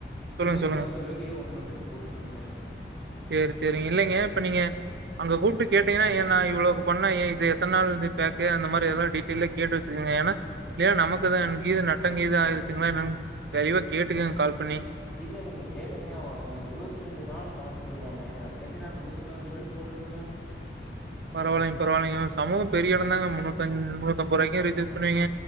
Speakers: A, on the right (about 65°); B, in the centre.
A: சொல்லுங்க,
B: முன்னூத்தி
A: சொல்லுங்க.
B: பதினாஞ்சு ரூவாய்க்கு ஒன் மந்த்க்கு போட்ருக்கனுங்க
A: சேரி சேரிங்க இல்லங்க இப்ப நீங்க அங்க கூப்ட்டு கேட்டீங்கனா ஏ நா இவ்ளோவுக்கு பண்ணா ஏ இது எத்தன நாள் இது பேக்கு அந்த மாரி எல்லா டீட்டைல்டா கேட்டு வச்சுக்கங்க ஏன்னா இல்லயா நமக்குதா கீது நட்டங்கீது ஆகிருச்சுங்களா என்னன்னு தெளிவா கேட்டுக்கங்க கால் பண்ணி
B: இல்ல இல்லலங்க கேட்டங்க அவங்க இருவத்து ரெண்டு நாள் கணக்குங்றாங்க அது கட்டி நா முன்னூத்தி பதினஞ்சு ரூவாய்க்கு போட்டுருந்தங்க
A: பரவால்லைங்க பரவால்லைங்க, சமூகம் பெரிய எடம்தாங்க முந்நூத் முந்நூத்து ஐம்பது ரூவாய்க்கு ரீசார்ஜ் பண்ணுவீங்க